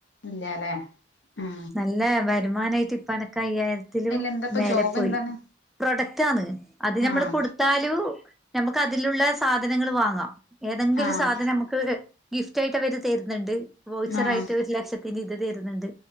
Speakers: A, on the left; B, in the centre.
A: ഇല്ലല്ലേ എ
B: നല്ല വരുമാനായിട്ട് പ്പോ അനക് അയ്യായിരത്തിലും
A: എന്താ ഇപ്പൊ
B: മേലെ
A: ജോബ്
B: പോയി
A: എന്താണ്
B: പ്രൊഡ താന്ന് അത് നമ്മള്
A: ആഹ്
B: കൊടുത്താലും നമുക്ക് അതിലുള്ള സാധനങ്ങൾ വാങ്ങാം ഏതെങ്കിലും
A: ആഹ്
B: സാധനം നമുക്ക് ഗിഫ്റ്റ് ആയിട്ട് അവര് തരുന്നുണ്ട് വൗച്ചറ
A: ആഹ്
B: ആയിട്ട് ഒരു ലക്ഷത്തിന്റെ ഇത് തരുന്ണ്ട്